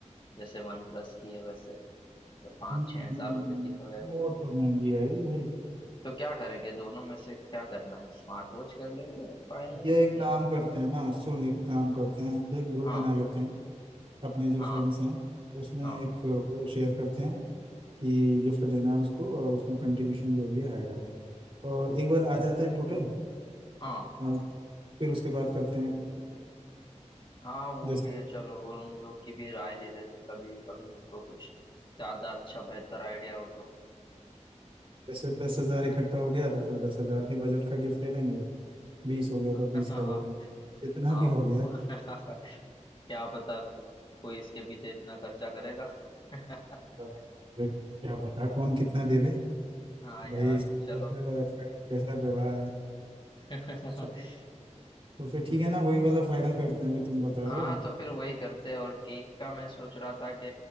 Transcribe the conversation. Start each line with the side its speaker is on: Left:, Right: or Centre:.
Left: जैसे वन प्लस की है वैसे तो पाँच
Right: हम्म,
Left: छह हजार रुपए की तो है वो
Right: वो तो महंगी आएगी भाई
Left: तो क्या करेंगे दोनों में से क्या करना है स्मार्ट वॉच कर लेंगे फाइनल
Right: ये एक
Left: या
Right: काम करते हैं ना सुन एक काम करते हैं एक ग्रुप
Left: हाँ
Right: बना लेते हैं अपने जो
Left: हाँ
Right: फ्रेंड्स हैं उसमें
Left: हाँ
Right: एक वो शेयर करते हैं कि गिफ्ट देना है उसको और उसमें कंट्रीब्यूशन जो भी आएगा और एक बार आ जाता है टोटल
Left: हाँ
Right: और फिर उसके बाद करते हैं
Left: हाँ वो
Right: जैसे
Left: भी है चलो वो उन लोग की भी राय ले लेते कभी कभी उनको कुछ ज्यादा अच्छा बेहतर आइडिया हो तो
Right: जैसे दस हजार इकट्ठा हो गया तो फिर दस हजार के बजट का गिफ्ट ले लेंगे बीस हो गया
Left: <laughs>
Right: तो बीस
Left: हाँ
Right: का ले लेंगे जितना
Left: हाँ
Right: भी हो
Left: वो-
Right: गया
Left: <laughs> क्या पता कोई इसके पीछे इतना खर्चा करेगा <laughs>
Right: अब देख क्या पता कौन कितना दे दे
Left: हाँ यार
Right: भाई इसका कैसा
Left: चलो
Right: इसका कैसा व्यवहार है
Left: <laughs>
Right: चलो, तो फिर ठीक है ना वही वाला फाइनल करते हैं जो तुम बता
Left: हाँ
Right: रहे हो
Left: तो फिर वही करते हैं और केक का मैं सोच रहा था कि